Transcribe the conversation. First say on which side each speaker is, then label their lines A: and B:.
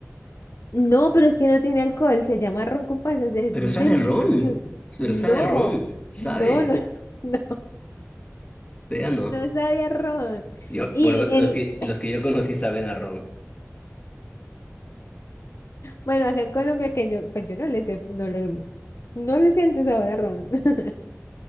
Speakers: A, on the left; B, on the left.
A: No, pero es que no tiene alcohol, se llama ron con pasas, es
B: Pero
A: delicioso.
B: sabe a ron, pero
A: No,
B: sabe a ron, sabe.
A: no, no, <laughs> no,
B: Ya no.
A: no sabía ron.
B: Yo,
A: Y
B: bueno,
A: el,
B: los que, los
A: el,
B: que yo conocí saben a ron.
A: bueno, acá en Colombia que yo, pues yo no le sé, no le, no le siento sabor a ron. <laughs>